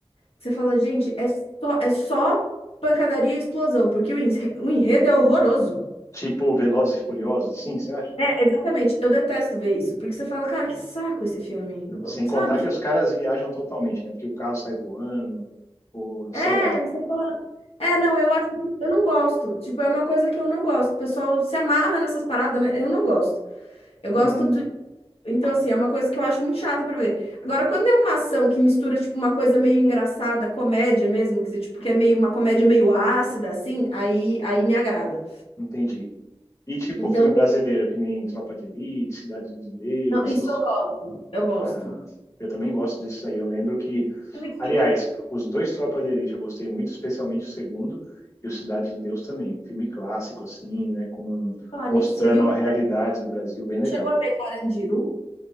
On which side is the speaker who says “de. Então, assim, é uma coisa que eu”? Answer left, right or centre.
Left